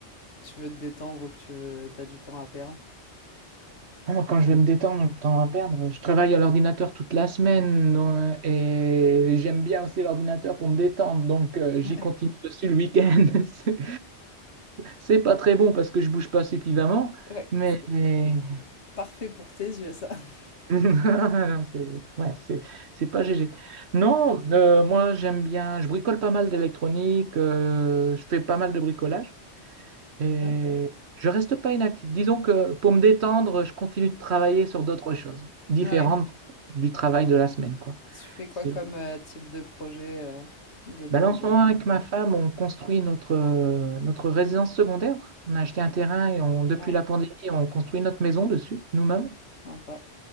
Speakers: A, on the left (about 70°); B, on the right (about 65°).
A: tu veux te détendre ou que tu veux, t'as du temps à perdre?
B: Ah, Moi, quand je vais me détendre, temps à perdre, je travaille à l'ordinateur toute la semaine donc, euh, et j'aime bien aussi l'ordinateur pour me détendre, donc euh, j'y
A: Ouais.
B: continue dessus le week-end. <laughs> C'est c'est pas très bon parce que je bouge pas suffisamment,
A: Ouais,
B: mais
A: c'est
B: <laughs>
A: parfait pour tes yeux, ça. <laughs>
B: non, c'est ouais, c'est c'est pas GG. Non, euh, moi j'aime bien, je bricole pas mal d'électronique, euh, je fais pas mal de bricolage. Et
A: Ok.
B: je reste pas inactif. Disons que pour me détendre, je continue de travailler sur d'autres choses différentes
A: Ouais.
B: du travail de la semaine, quoi.
A: Tu fais quoi
B: C'est...
A: comme euh, type de projet euh, de bricolage?
B: Ben là, en ce moment, avec ma femme, on construit notre, euh, notre résidence secondaire. On a acheté un terrain et on, depuis
A: Ouais,
B: la pandémie, on construit notre maison dessus, nous-mêmes.
A: sympa.